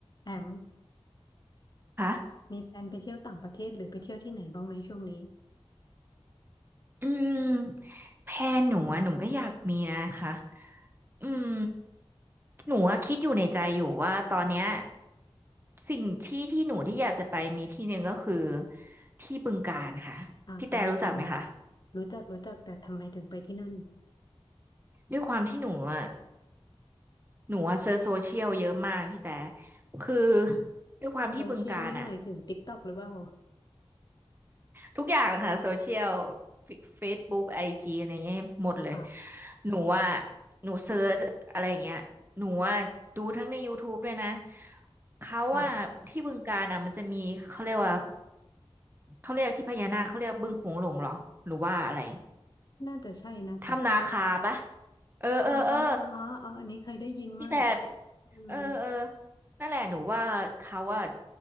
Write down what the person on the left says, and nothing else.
แอม
มีแพลนไปเที่ยวต่างประเทศหรือไปเที่ยวที่ไหนบ้างไหมช่วงนี้
อ่าฮะทำไม
รู้จักรู้จักแต่ทำไมถึงไปที่นั่น
โซเชียลนี่หมายถึง TikTok หรือเปล่า
<laughs> ค่ะ
ค่ะ
น่าจะใช่นะคะ
อ่าฮะอ่าฮะอาอันนี้เคยได้ยินมาก
อืม